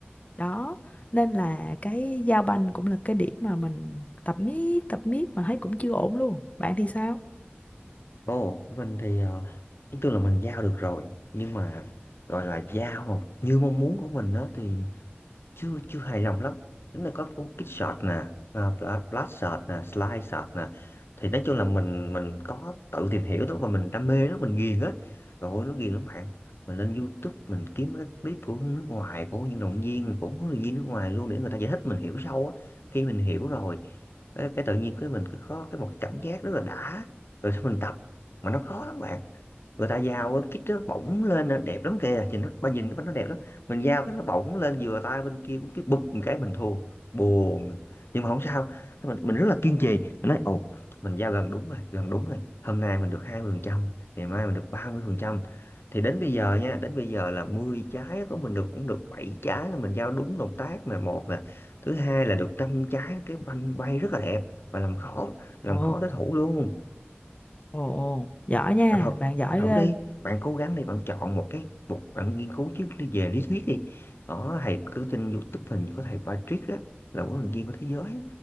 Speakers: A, on the left (about 35°); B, on the left (about 70°).
A: đó nên là cái giao banh cũng là cái điểm mà mình tập miết tập miết mà thấy cũng chưa ổn luôn bạn thì sao
B: ồ mình thì ờ, nói chung là mình giao được rồi nhưng mà gọi là giao mà như mong muốn của mình đó thì chưa chưa hài lòng lắm Nếu là có cuốn kích shot nè và Bla- blast shot nè slide shot nè thì nói chung là mình mình có tự tìm hiểu đó mà mình đam mê đó mình ghiền á rồi ôi, nó ghiền lắm bạn mình lên YouTube mình kiếm các clip của nước ngoài của những động viên của huấn luyện viên nước ngoài luôn để người ta giải thích mình hiểu sâu á khi mình hiểu rồi cái, cái tự nhiên cái mình cứ có cái một cảm giác rất là đã rồi sau mình tập mà nó khó lắm bạn người ta giao cái kít đó bỗng lên là đẹp lắm kìa nhìn nó ba nhìn nó đẹp lắm mình giao cái nó bỗng lên vừa tay bên kia cũng cái bụp một cái mình thua buồn nhưng mà không sao mình, mình rất là kiên trì mình nói ồ mình giao gần đúng rồi gần đúng rồi hôm nay mình được hai mươi phần trăm ngày mai mình được ba mươi phần trăm thì đến bây giờ nha đến bây giờ là 10 trái của mình được cũng được 7 trái là mình giao đúng động tác là một nè thứ hai là được 5 trái cái banh bay rất là đẹp và làm khó làm
A: ồ
B: khó đối thủ luôn
A: ồ ồ giỏi nha
B: bạn thử
A: bạn giỏi
B: bạn thử
A: ghê
B: đi bạn cố gắng đi bạn chọn một cái một bạn nghiên cứu trước đi về lý thuyết đi ở thầy cứ trên YouTube hình như có thầy Patrick đó là huấn luyện viên của thế giới á.